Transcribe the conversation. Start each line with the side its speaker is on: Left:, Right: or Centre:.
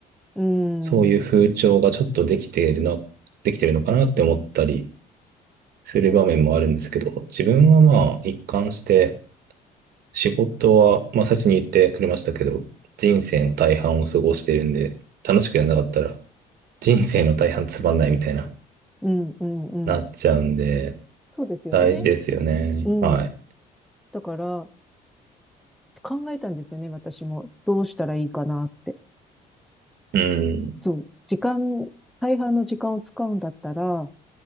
Centre: うん。
Right: そういう風潮がちょっとできているの、できてるのかなって思ったりする場面もあるんですけど、自分はまあ一貫して仕事は、まあ最初に言ってくれましたけど、人生の大半を過ごしてるんで、楽しくやんなかったら、人生の大半つまんないみたいな、
Centre: うんうんうん。
Right: なっちゃうんで、
Centre: そうですよね。
Right: 大事ですよね。
Centre: うん。
Right: はい。
Centre: だから、考えたんですよね、私も。どうしたらいいかなって。
Right: うん。
Centre: そう。時間、大半の時間を使うんだったら、